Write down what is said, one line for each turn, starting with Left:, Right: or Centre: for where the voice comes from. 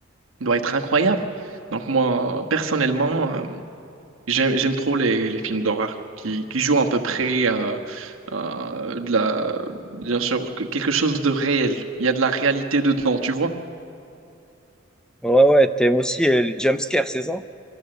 Right: doit être incroyable. Donc moi personnellement, euh, J'aime, j'aime trop les, les films d'horreur qui, qui jouent à peu près euh, euh, de la, bien sûr, que- quelque chose de réel. Il y a de la réalité dedans, tu vois?
Centre: Ouais, ouais, t'aimes aussi euh, le jumpscare, c'est ça?